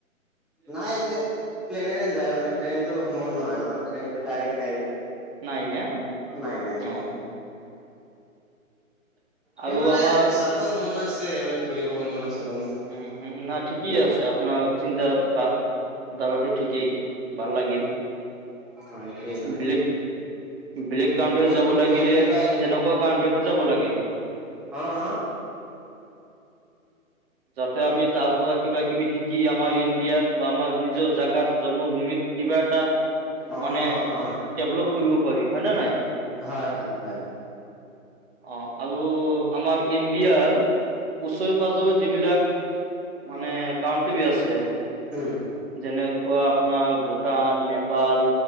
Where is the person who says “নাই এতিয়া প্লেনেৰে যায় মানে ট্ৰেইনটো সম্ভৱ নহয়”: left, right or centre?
Centre